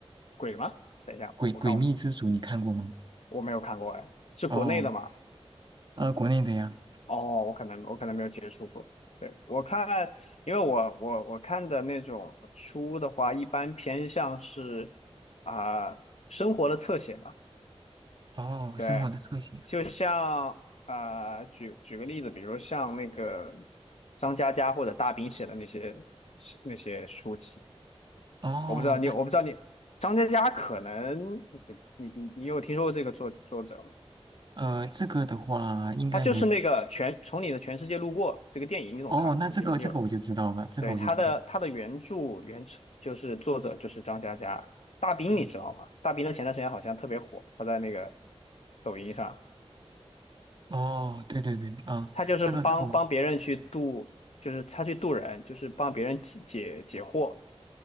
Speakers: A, on the left (about 80°); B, on the right (about 45°).
A: 鬼吗？等一下，
B: 诡诡秘之主》你看过吗？
A: 我看我我没有看过哎，是国内的吗？
B: 哦，呃，国内的呀。
A: 哦，我可能我可能没有接触过。对，我看，因为我我我看的那种书的话，一般偏向是啊、生活的侧写吧。
B: 哦，
A: 对，
B: 生活的侧写。
A: 就像啊、举举个例子，比如像那个张嘉佳或者大兵写的那些那些书籍，
B: 哦，
A: 我不知道你我不知道你张嘉佳可能
B: 那
A: 你你你有听说过这个作作者吗？
B: 呃，这个的话应该没。
A: 他就是那个全从你的全世界路过这个电影，你总看你你有
B: 哦，那这个这个我就知道了，这个我就知道了。
A: 对，他的他的原著原就是作者就是张嘉佳，大兵你知道吗？
B: 嗯
A: 大兵的前段时间好像特别火，他在那个抖音上，
B: 哦，对对对，啊，
A: 他就是帮帮别人去渡，
B: 那个那个我，
A: 就是他去渡人，就是帮别人解解解惑，